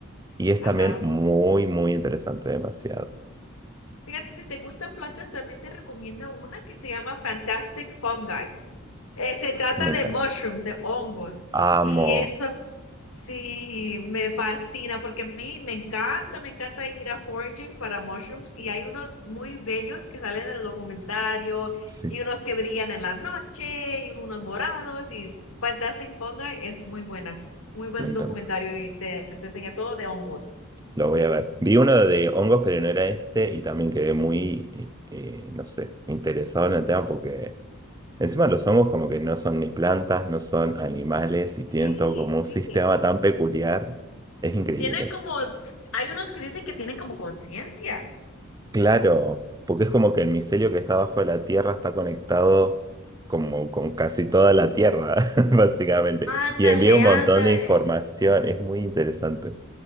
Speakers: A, on the right; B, on the left.
A: y es
B: Ajá.
A: también muy, muy interesante, demasiado.
B: Fíjate, si te gustan plantas, también te recomiendo una que se llama Fantastic Fungi. Eh, se trata
A: Me
B: de
A: encanta.
B: mushrooms, de hongos.
A: Amo.
B: Y eso sí me fascina porque a mí me encanta, me encanta ir a foraging para mushrooms. Y hay unos muy bellos que salen en el documentario
A: Sí,
B: y unos que brillan en la noche y unos morados y Fantastic Fungi es muy buena, muy buen
A: me encanta.
B: documentario y te, te enseña todo de hongos.
A: Lo voy a ver. Vi uno de hongos, pero no era este y también quedé muy, eh, eh, no sé, interesado en el tema porque... Encima los hongos como que no son ni plantas, no son animales y tienen
B: Sí,
A: todo como
B: sí.
A: un sistema tan peculiar. Es increíble.
B: Tienen como, hay unos que dicen que tienen como conciencia.
A: Claro, porque es como que el micelio que está bajo la tierra está conectado como con casi toda la tierra, <laughs> básicamente.
B: Ándale,
A: Y envía un montón
B: ándale.
A: de información. Es muy interesante.